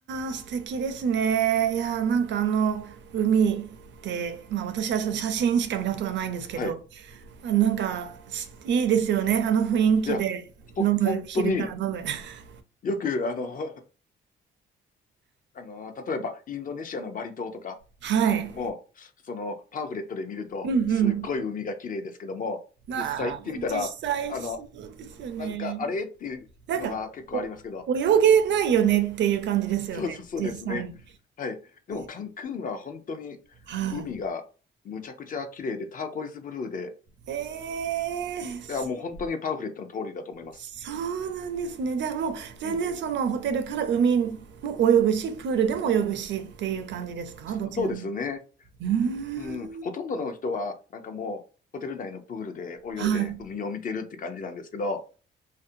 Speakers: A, on the right; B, on the left.
A: ー素敵ですね。いやーなんかあの海ってまあ私はその写真しか見たことがないんですけど、
B: はい。
A: あなんかすいいですよね。あの雰囲気で飲む、
B: いや、ほ、本当に
A: 昼から飲む。<laughs>
B: よく、あの、<laughs> あの、例えばインドネシアのバリ島とか
A: はい。
B: も、そのパンフレットで見ると、
A: うんうん。
B: すっごい海が綺麗ですけども、
A: なあ、
B: 実際行ってみたら、
A: 実際そうですよね。
B: あの、なんかあれっていうのが結構ありますけど、
A: なんか、お、泳げないよねっていう感じですよね、
B: そう <laughs> そうそうですね。
A: 実際に。ね
B: はい。でもカンクンは本当に
A: ーはい。
B: 海がむちゃくちゃ綺麗で、ターコイズブルーで、
A: えー
B: いや、もう本当にパンフレットの通りだと思います。
A: そうなんですね。じゃあもう全然そのホテルから海も泳ぐし、
B: うん。
A: プールでも泳ぐしっていう感じですかどちらも。
B: そそうですね。
A: うーん。
B: うん。ほとんどの人は、なんかもう、ホテル内のプールで泳いで海を見てるって感じなんですけど、
A: はい。あ